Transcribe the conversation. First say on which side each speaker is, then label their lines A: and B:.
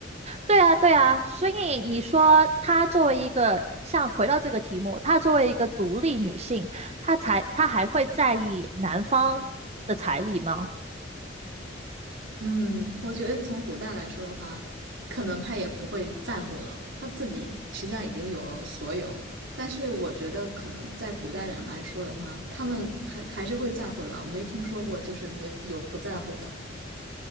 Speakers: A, on the right; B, on the right.
A: 对啊，对啊，所以你说她作为一个，像回到这个题目，她作为一个独立女性，她才她还会在意男方的彩礼吗？
B: 嗯，我觉得从古代来说的话，可能她也不会在乎了，她自己实际上已经有了所有。但是我觉得，可能在古代人来说的话，他们还还是会在乎的吧。我没听说过就是没有不在乎的。